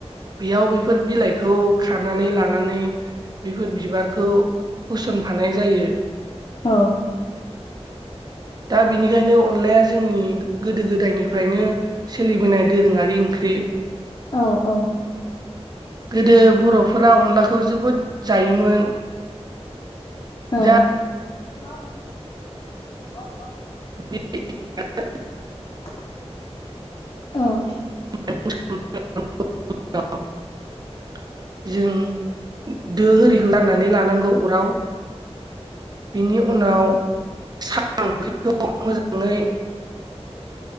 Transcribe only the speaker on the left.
औ।
औ औ।
औ औ
<unintelligible>
<unintelligible> औ